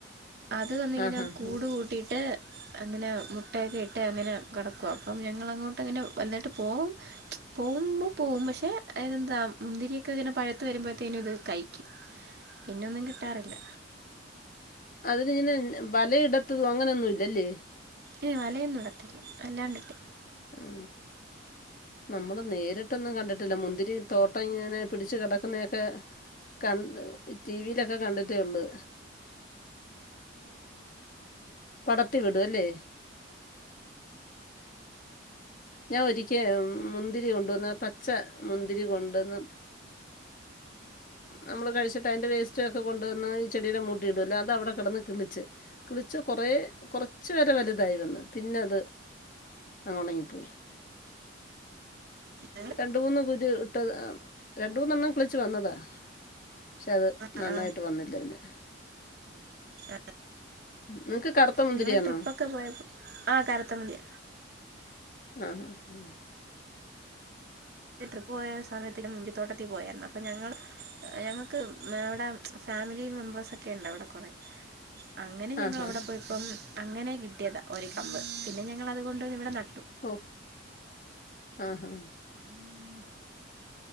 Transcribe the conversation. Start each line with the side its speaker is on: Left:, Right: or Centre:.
Right: അത് വന്നിങ്ങനെ
Left: ആഹ് ആഹ്
Right: കൂട്
Left: ആഹ്
Right: കൂട്ടിയിട്ട് അങ്ങനെ മുട്ടയൊക്കെ ഇട്ട് അങ്ങനെ കിടക്കും അപ്പം ഞങ്ങളങ്ങോട്ട് ഇങ്ങനെ വലുന്നട്ട് പോവും പോവുമ്പോ പോവും പക്ഷെ അയിനെന്താ മുന്തിരിയൊക്കെ ഇങ്ങനെ പഴത്ത് വരുമ്പോഴത്തേന് ഇത് കഴിക്കും പിന്നെ ഒന്നും കി ട്ടാറില്ല
Left: അതി ഇങ്ങനെ വലയിടത്തും അങ്ങനെയൊന്നും ഇല്ലല്ലേ
Right: ഏ വലയൊന്നും ഇടത്തിേല്ല അല്ലാണ്ടിട്ട്
Left: മ് നമ്മള് നേരിട്ടൊന്നും കണ്ടിട്ടില്ല മുന്തിരി തോട്ടം ഇങ്ങനെ പിടിച്ചു കെടക്കൊന്നൊക്കെ, ക ടി വിയിലൊക്കെ കണ്ടിട്ടേ ഉള്ളു പടത്തി വിടു അല്ലേ ഞാൻ ഒരിക്കേ മുന്തിരി കൊണ്ടുവന്ന പച്ച മുന്തിരി കൊണ്ട് ടന്ന് നമ്മള് കഴിച്ചിട്ട് ആയിന്റെ വേസ്റ്റ് ഒക്കെ കൊണ്ടുവന്ന് ഈ ചെടിയുടെ മൂട്ടി ഇടല്ല അത് അവിടെ കെടന്ന് കിളിച്ച് കിളിച്ചു കൊറെ കുറച്ചു വരെ വലുതായി വന്ന് പിന്നെ അത് അങ്ങ ഉണങ്ങി പോയി
Right: ഞങ്ങൾ
Left: രണ്ട മൂന്ന് കുര് ഇട്ടത് രണ്ട മൂന്നെണ്ണം കിളിച്ചു വന്നതാ, പക്ഷെ അത്
Right: ആ
Left: നന്നായിട്ട് വന്നില്ല പിന്നെ
Right: ആ
Left: നിങ്ങക്ക് കറുത്ത മുന്തിരിയാണോ?
Right: ഞങ്ങൾ ട്രിപ്പൊക്കെ പോയപ്പോൾ ആ കറുത്ത മന്തി
Left: ആ ഹാ ഉം
Right: ട്രിപ്പ് പോയ സമയത്തിന്റെ മുന്തി ത്തോട്ടത്തിൽ പോയായിര്ന്നു അപ്പൊ ഞങ്ങൾ ഞങ്ങക്ക് അവിടെ ഫാമിലി മെമ്പേഴ്സൊക്കെ ഉണ്ട് അവിടെ കുറെേ അങ്ങനെ ഞങ്ങ
Left: ആഹ് ആഹാ
Right: അവിടെ പോയിപ്പം അങ്ങനെ കിട്ടിയതാ ഒരു കമ്പ് പിന്നെ ഞങ്ങള് അത കൊണ്ട് ഇവിടെ ന
Left: ഓ ആ ഹാ